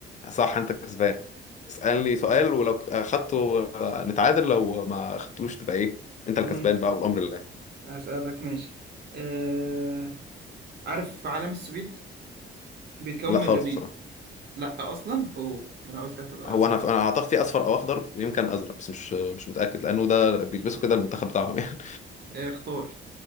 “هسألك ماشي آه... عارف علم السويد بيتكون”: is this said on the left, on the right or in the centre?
Right